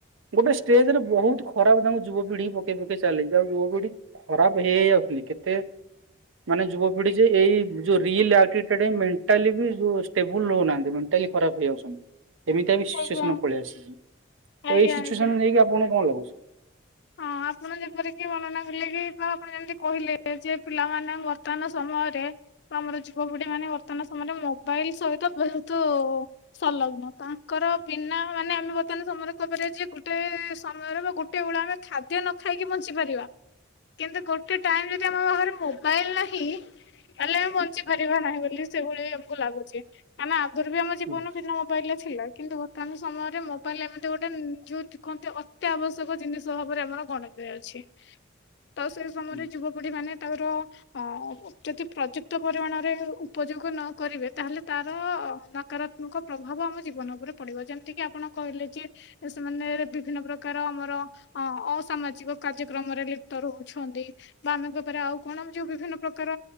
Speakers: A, on the right (about 75°); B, on the left (about 55°).
A: ଗୋଟେ ଷ୍ଟେଜ ରେ ବୋହୁତ ଖରାପ ତାଙ୍କୁ ଯୁବପିଢି ପକେଇ ପକେଇ ଚାଲିଚି ଆଉ ଯୁବପିଢି ଖରାପ ହେଇ ହେଇ ଆଉଥିଲି କେତେ ମାନେ ଯୁବପିଢି ଯେ ଏଇ ଯୋଉ ରିଲ୍ ଆଟୁଡେଡ୍ଡମ୍ ମେଣ୍ଟାଲି ବି ଯୋଉ ଷ୍ଟେବୁଲ୍ ହୋଉନାହାନ୍ତି ମେଣ୍ଟାଲି ଖରାପ ହେଇଯାଉଚନ୍ତି। ଏମିତିଆ ବି ସିଚୁଏସନ୍
B: ଆଜ୍ଞା
A: ପଳେଇ ଆସିଲାଣି ତ
B: ଆଜ୍ଞା
A: ଏଇ ସିଚୁଏସନ୍
B: ଆଜ୍ଞା।
A: ନେଇକି ଆପଣକୁ କଣ ଲାଗୁଚି।
B: ହଁ ଆପଣ ଯେପରିକି ବର୍ଣ୍ଣନା କଲେ କି ଆପଣ ଜେମିତି କହିଲେ ଯେ ପିଲାମାନେ ବର୍ତ୍ତମାନ ସମୟରେ ତ ଆମର ଯୁବପିଢି ମାନେ ବର୍ତ୍ତମାନ ସମୟରେ ମୋବାଇଲ ସହିତ ବୋହୁତୁ ସଂଲଗ୍ନ ତାଙ୍କର ବିନା ମାନେ ଆମେ ବର୍ତ୍ତମାନ ସମୟରେ କହିପାରିବା ଯେ ଗୋଟେ ସମୟରେ ବା ଗୋଟେ ଓଳା ଆମେ ଖାଦ୍ୟ ନ ଖାଇକି ବଞ୍ଚି ପାରିବା। କିନ୍ତୁ ଗୋଟେ ଟାଇମ୍ ଯଦି ଆମ ପାଖରେ ମୋବାଇଲି ନାହିଁ। ହେଲେ ଆମେ ବଞ୍ଚି ପାରିବା ନାହିଁ ବୋଲି ସେଇଭଳିଆ ଆମକୁ ଲାଗୁଚି ମାନେ ଆଗରୁ ବି ଆମ ଜୀବନ
A: ହୁଁ
B: ବିନା ମୋବାଇଲ୍ ରେ ଥିଲା କିନ୍ତୁ ବର୍ତ୍ତମାନ ସମୟରେ ମୋବାଇଲ୍ ରେ ଏମିତି ଗୋଟେ ଯୋଉ କହନ୍ତି ଅତ୍ୟାଆବଶ୍ୟକ ଜିନିଷ। ତ ଭାବରେ ଆମର ଗଣତିରେ ଅଛି ତ ସେ ସମୟରେ
A: ହୁଁ
B: ଯୁବପିଢି ମାନେ ତାର ହଁ ବ ଯଦି ପ୍ରଯୁପ୍ତ ପରିମାଣରେ ଉପଯୋଗ ନ କରିବେ ତାହେଲେ ତାର ନକାର ନୁକ ପ୍ରଭାବ ଆମ ଜୀବନ ଉପରେ ପଡିବ ଯେମିତିକି ଆପଣ କହିଲେ ଯେ ସେମାନେ ବିଭିନ୍ନ ପ୍ରକାର ଆମର। ଅ ଅସାମାଜିକ କାର୍ଯ୍ୟକ୍ରମରେ ଲିପ୍ତ ରହୁଛନ୍ତି। ବା ଆମେଙ୍କ ଉପରେ ଆଉ କଣ ଯୋଉ ବିଭିନ୍ନ ପ୍ରକାର